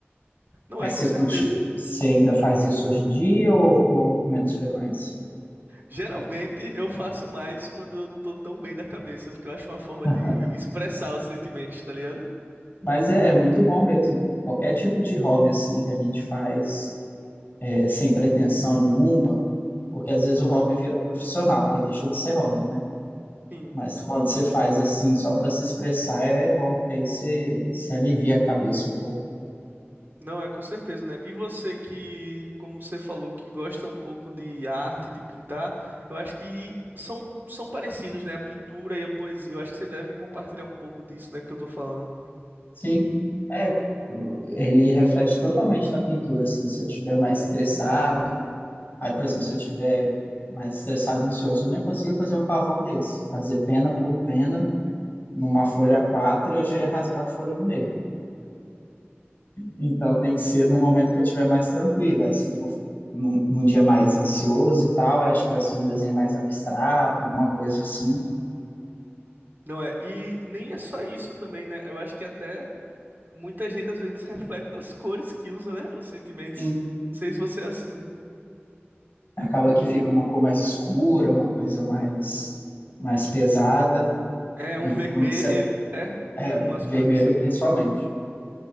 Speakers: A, on the right; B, on the left.
A: Não
B: Mas
A: é com
B: você,
A: certeza
B: conti- você ainda faz isso hoje em dia ou, ou com menos frequência?
A: Geralmente eu faço mais quando eu não tô tão bem da cabeça, porque eu acho uma forma
B: <laughs>
A: de expressar os sentimentos, tá ligado?
B: Mas é, é muito bom mesmo. Qualquer tipo de hobby assim que a gente faz é, sem pretensão nenhuma Porque às vezes o hobby vira profissional, aí deixa de ser hobby, né?
A: Sim.
B: Mas quando você faz assim, só para se expressar, é bom, porque aí você se alivia a cabeça um pouco.
A: Não, é com certeza, né? E você que, como você falou, que gosta um pouco de arte, de pintar, eu acho que são, são parecidos, né? A pintura e a poesia. Eu acho que você deve compartilhar um pouco disso, né, que eu tô falando.
B: Sim, é, ele reflete totalmente na pintura, assim, se eu estiver mais estressado, aí, por exemplo, se eu estiver mais estressado, ansioso, eu nem consegui fazer um pavão desse. Fazer pena por pena, numa folha A4, eu já ia rasgar a folha no meio. Então tem que ser no momento que eu estiver mais tranquila. Aí se eu for num, num dia mais ansioso e tal, eu acho que vai ser um desenho mais abstrato, alguma coisa assim.
A: Não é? E nem é só isso também, né? Eu acho que até muita gente às vezes reflete nas cores que usa, né? Os sentimentos.
B: Sim.
A: Não sei se você é assim.
B: Acaba que fica uma cor mais escura, uma coisa mais, mais pesada.
A: É
B: E
A: um vermelho,
B: quando você.
A: né?
B: É,
A: Umas
B: o vermelho
A: coisas assim.
B: principalmente.